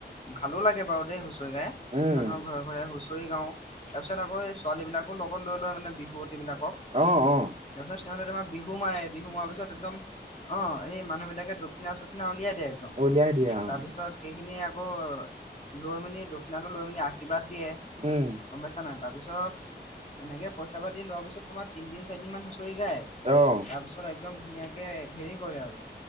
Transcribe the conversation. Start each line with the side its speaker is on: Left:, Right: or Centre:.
Left: ভালো লাগে বাৰু দেই হুচৰি গাই
Right: উম।
Left: মানুহৰ ঘৰৰ। ঘৰে হুঁচৰি গাও তাৰ পিছত আকৌ সেই ছোৱালী বিলাকো লগত লৈ ল মানে বিহুৱতিবলাকক।
Right: অ', অ',
Left: তাৰ পিছত সিহঁতে তোমাৰ বিহু মাৰে বিহু মৰাৰ পিছত একদম অ এই মানুহ বিলাকে দক্ষিণা চ। দক্ষিণা উলিয়াই দিয়ে একদম,
Right: উলিয়াই দিয়ে
Left: তাৰ
Right: অ',
Left: পিছত সেইখিনি আকৌ। লৈ মেলি দক্ষিণাটো লৈ মেলি আশীৰ্বাদ দিয়ে
Right: উম,
Left: গম পাইছা নাই তাৰপিছত এনেকৈ। পইচা পাতি লোৱা পিছত তোমাৰ তিনদিন চাৰদিন মান হুচৰি গায়
Right: অ'।
Left: তাৰ পিছত। ত একদম ধুনীয়াকৈ হেৰি কৰে আৰু